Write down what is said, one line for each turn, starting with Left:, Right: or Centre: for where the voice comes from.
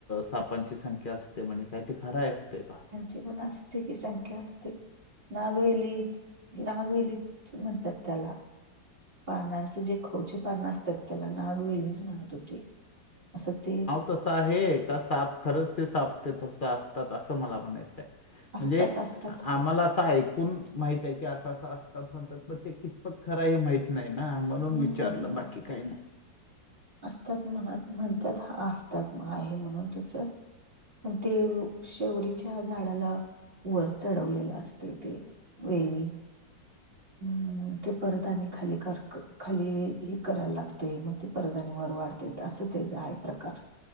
Left: सापांची संख्या असते म्हणे. काय ते खरांय असतें का?
Right: जी पण असते की संख्या असते. नागवेली नागवेली म्हणतात त्याला. पानांच जे खवचे पानं असतात त्याला नागवेलीच म्हणत होते असं ते.
Left: तसं आहे का साप खरंच ते साप ते तस असतात असं मला म्हणायचंय?
Right: असतात
Left: म्हणजे
Right: असतात
Left: आम्हाला असं ऐकून माहित आहे की असं असं असतात म्हणतात पण ते कितपत खरं हे माहित नाही ना म्हणून
Right: हम्म
Left: विचारलं बाकी काय नाही.
Right: असतात म्हणत म्हणतात असतात मग आहे म्हणून तस पण ते शेवीच्या झाडाला वर चढवलेलं असते ते. वेली अम् ते परत आणि खाली कर्क खाली हे करायला लागते मग ते परदानी वर वाढते असं तेच आहे प्रकार.